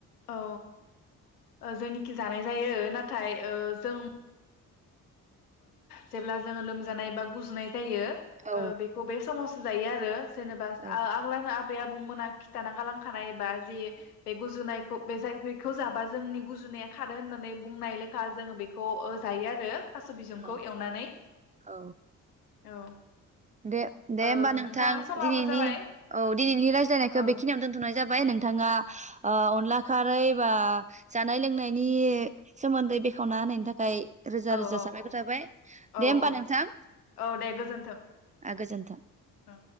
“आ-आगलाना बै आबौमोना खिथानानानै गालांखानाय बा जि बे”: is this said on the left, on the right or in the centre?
Left